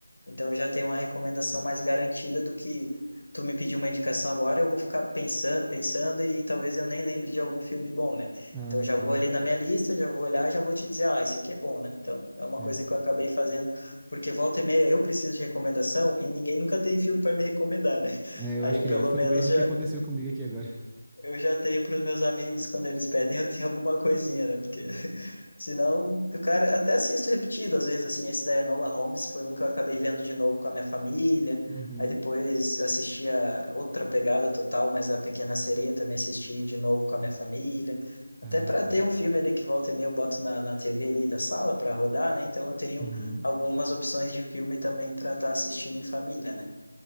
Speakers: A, on the left; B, in the centre.
A: Então eu já tenho uma recomendação mais garantida do que tu me pedir uma indicação agora, eu vou ficar pensando, pensando e talvez eu nem lembre de algum filme bom, né?
B: Ah,
A: Então eu já
B: tá.
A: vou ali na minha lista, já vou olhar, já vou te dizer, ah, esse aqui é bom, né? Então é uma
B: É,
A: coisa que eu acabei fazendo, porque volta e meia eu preciso de recomendação e ninguém nunca tem filme para me recomendar, né?
B: É, eu
A: Aí
B: acho
A: eu
B: que
A: pelo
B: é- foi
A: menos
B: o mesmo
A: já
B: que aconteceu comigo aqui agora.
A: eu já tenho para os meus amigos, quando eles pedem, eu tenho alguma coisinha, né? Porque <laughs> senão, o cara até assisto repetido, às vezes, assim, esse da Enola Holmes foi um que eu acabei vendo de novo com a minha família.
B: Uhum.
A: Aí depois assisti a outra pegada total, mas a Pequena Sereia também assisti de novo com a minha família. Até
B: Ah,
A: para
B: tá.
A: ter um filme ali que volta e meia eu boto na, na TV ali da sala para rodar, né? Então eu tenho
B: Uhum.
A: algumas opções de filme também para estar assistindo em família, né?